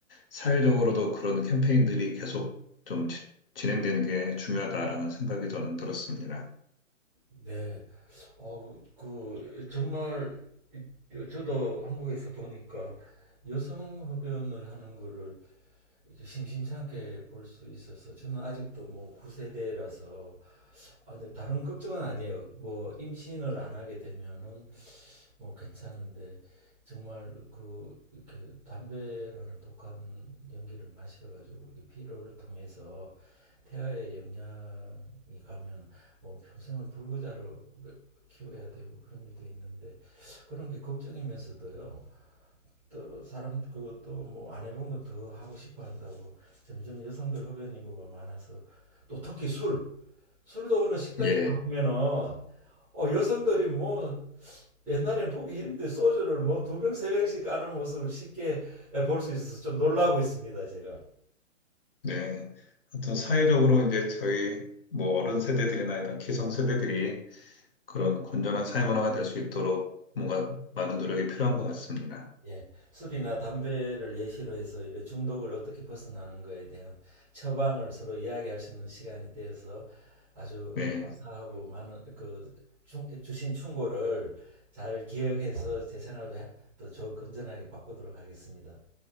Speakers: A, on the left (about 45°); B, in the centre.
A: 사회적으로도 그런 캠페인들이 계속 좀 지- 진행되는 게 중요하다라는 생각이 저는 들었습니다.
B: 네. 어, 그, 정말, 이- 저도 한국에서 보니까 여성 흡연을 하는 거를 이렇게 심심찮게 볼 수 있어서 저는 아직도 뭐 9세대라서 아, 근데 다른 걱정은 아니에요. 뭐 임신을 안 하게 되면은 뭐 괜찮은데 정말 그 이렇게 담배라는 독한 연기를 마셔가지고 이게 피로를 통해서 태아에 영향이 가면은 뭐 평생을 불구자로 키워야 되고 그런 일도 있는데 그런 게 걱정이면서도요. 또 사람 그또뭐안 해본 건 더 하고 싶어 한다고 점점 여성들 흡연 인구가 많아서 또 특히 술 술도 어느 식당에
A: 예,
B: 가면은 어 여성들이 뭐 옛날에는 보기 힘든데 소주를 뭐 두 병 세 병씩 까는 모습을 쉽게 볼 수 있어서 좀 놀라고 있습니다 제가.
A: 네. 하여튼 사회적으로 이제 저희 뭐 어른 세대들이나 이런 기성 세대들이 그런 건전한 사회 문화가 될 수 있도록 뭔가 많은 노력이 필요한 것 같습니다.
B: 예, 술이나 담배를 예시로 해서 이런 중독을 어떻게 벗어나는 거에 대한 처방을 서로 이야기할 수 있는 시간이 되어서 아주 어,
A: 네,
B: 감사하고 많은 그 충- 주신 충고를 잘 기억해서 제 생활도 해- 또 좋- 건전하게 바꾸도록 하겠습니다.